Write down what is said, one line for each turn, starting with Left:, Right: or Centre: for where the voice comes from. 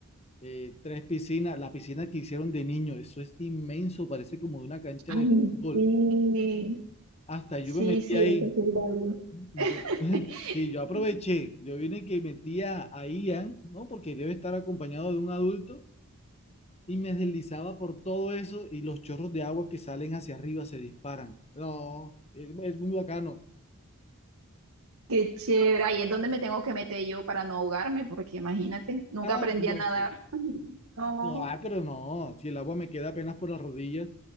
Left: eh, tres piscinas, la piscina que hicieron de niño, eso es inmenso, parece como de una cancha
Right: Ay,
Left: de fútbol.
Right: sí,
Left: Hasta yo
Right: sí,
Left: me metí
Right: sí,
Left: ahí.
Right: eso sí lo vi.
Left: Yo,
Right: <laughs>
Left: <laughs> sí, yo aproveché, yo vine que metía a a Ian, ¿no? Porque debe estar acompañado de un adulto y me deslizaba por todo eso y los chorros de agua que salen hacia arriba se disparan. No, es, es muy bacano.
Right: Qué chévere. Ahí es donde me tengo que meter yo para no ahogarme, porque imagínate, nunca
Left: Ah,
Right: aprendí
Left: no,
Right: a nadar.
Left: pues,
Right: <laughs> No.
Left: no, ay, pero no, si el agua me queda apenas por las rodillas.